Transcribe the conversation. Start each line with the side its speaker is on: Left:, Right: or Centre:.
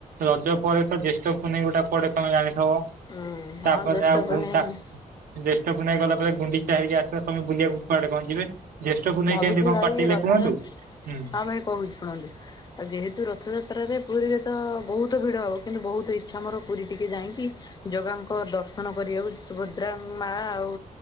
Right: ରଜ ପରେ ତ ଜ୍ୟେଷ୍ଠ ପୁନେଇ ଗୋଟେ ପଡେ ତମେ ଜାଣିଥବ
Left: ହୁଁ ହଁ
Right: ତାପରେ
Left: ଜ୍ୟେଷ୍ଠ
Right: ଆଉ ଭୁଟାକ
Left: ପୁନେଇଁ
Right: ଜ୍ୟେଷ୍ଠ ପୁନେଇ ଗଲା ପରେ ଗୁଣ୍ଡିଚା ହରିକା ଆସିବ ତମେ ବୁଲିବାକୁ କୁଆଡେ କଣ ଯିବେ ପୁନେଇ
Left: ଭାବୁଛି
Right: କେମିତି କଣ
Left: ଭାଇ
Right: କଟେଇଲେ
Left: ରଥଯାତ୍ରା
Right: କୁହନ୍ତୁ? ହୁଁ
Left: ହଁ ଭାଇ କହୁଛି ଶୁଣନ୍ତୁ? ଆଉ ଯେହେତୁ ରଥଯାତ୍ରାରେ ପୁରୀରେ ତ ବହୁତ ଭିଡ ହବ କିନ୍ତୁ ବହୁତ ଇଚ୍ଛା ମୋର ପୁରୀ ଟିକେ ଯାଇକି ଜଗାଙ୍କ ଦର୍ଶନ କରିବାକୁ ସୁଭଦ୍ରା ମା ଆଉ